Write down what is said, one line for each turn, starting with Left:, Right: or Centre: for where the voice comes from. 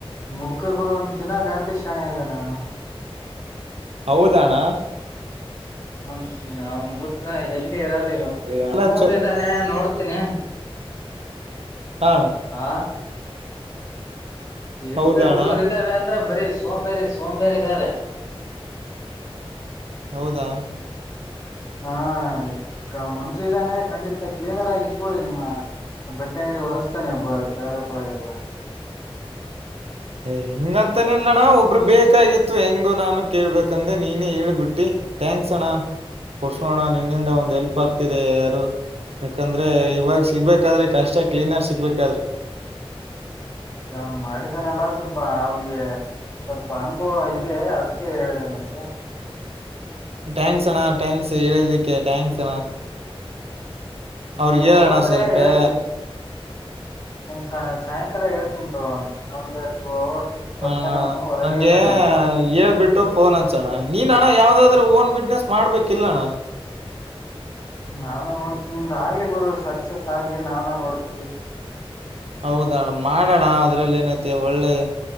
Left: ಮುದ್ಕ ಗುರು ಅವನು ತಿನ್ನಾಗಾಟಿ ಶಣೆ ಇದ್ದಾನೆ ಅವನು
Right: ಹೌದಣ್ಣ
Left: ಹನ್ಸ ಅವ್ನ್ ಬಿ ಟ್ರ ಇಲ್ಲಿ ಇರದು ಇವತ
Right: ಎಲ್ಲ
Left: ಇನ್ನೊಬ್ನ
Right: ಚ
Left: ಇದಾನೆ ನೋಡ್ತೀನಿ
Right: ಹಾ ಅಣ್ಣ
Left: ಆ ಇರ್ತಾರೆ
Right: ಹೌದಣ್ಣ
Left: ಹುಡುಗರ್ ಇದಾವೆ ಅಂದ್ರ ಬರಿ ಸೋಮಬೇರಿ ಸೋಮಬೇರಿ ಇದ್ದಾರೆ
Right: ಹೌದಾ
Left: ಹಾ ಮಂಜು ಇದ್ದಾನೆ ಖಂಡಿತ ಕ್ಲೀನರ್ ಆಗಿ ಇಟ್ಕೊಳ್ಳಿ ನಿಮ್ಮ ಬಟ್ಟೆ ಅಂಗಡಿ ಹೊರೆಸ್ತಾನೆ ಒಬ್ಬ ಕೆಳಗ ಪಳಗೆಲ್ಲ
Right: ಹ್ಮ್ <inaudible> ಹಂಗಂತನ ಇಲ್ಲಣ್ಣ ಒಬ್ರು ಬೇಕಾಗಿತ್ತು ಹೆಂಗು ನಾನು ಕೇಳ್ಬೇಕಂದೆ ನೀನೇ ಹೇಳ್ಬಿಟ್ಟಿ ಥಂಕ್ಸ್ ಅ ಪುರ್ಷೋಣ ನಿನ್ನಿಂದ ಒಂದ್ ಎಲ್ಪ್ ಆಗ್ತಿದೆ ಯಾರು ಯಾಕಂದ್ರೆ ಇವಾಗ ಸಿಗ್ಬೇಕಾದ್ರೆ ಕಷ್ಟ ಕ್ಲೀನರ್ ಸಿಗ್ಬೇಕಾದ್ರೆ
Left: ಇಲ್ಲ ಅವನ್ ಮಾಡಿದಾನಲ್ಲ ಸ್ವಲ್ಪ ಅವನಿಗೆ ಸ್ವಲ್ಪ ಅನುಭವ ಇದೆ ಅದಕ್ಕೆ ಹೇಳಿದೆ ನಿನ್ಗೆ
Right: ಥ್ಯಾಂಕ್ಸ್ ಅಣ್ಣ ಥ್ಯಾಕ್ಸ್ ಎಳಕ್ಕೆ ಥ್ಯಾಂಕ್ಸ್ ಅಣ್ಣ ಅವರಿಗೆ
Left: ಅವನಿಗೆ
Right: ಹೇಳಣ
Left: ಹೂ ಅಂದ್ರೆ
Right: ಸ್ವಲ್ಪೇ
Left: ಹೇಳ್ತೀನಿ ಒಂದ್ ಸಾಯಂಕಾಲ ಹೇಳ್ತೀನ್ ತೊಗೊ ಅವನಿಗಿ ಒಂದು ಟೂ ಅವರ್ ಬಿಟ್ಟು
Right: ಹಣ
Left: ಬರ್ತಾನೆ ಅವನು ಹೊರಗಡೆ
Right: ನನ್ಗೆ
Left: ಹೋಗಾನೆ
Right: ಹೇಳ್ಬಿಟ್ಟು ಫೋನ್ ಹಚ್ಚೋಣ ನೀನ್ ಅಣ್ಣ ಯಾವ್ದಾದ್ರು ಓನ್ ಬಿಸ್ನೆಸ್ ಮಾಡ್ಬೇಕಿಲ್ಲ ಅಣ್ಣ
Left: ನಾನು ನೋಡ್ತಿ ನಿಮ್ದ್ ಆಗ್ಲಿ ಗುರು ಸಕ್ಸಸ್ ಆಗ್ಲಿ ನಾನು ನೋಡ್ತಿನಿ
Right: ಹೌದಾಣ ಮಾಡೋಣ ಅದ್ರಲ್ಲಿ ಏನೈತೆ ಒಳ್ಳೆ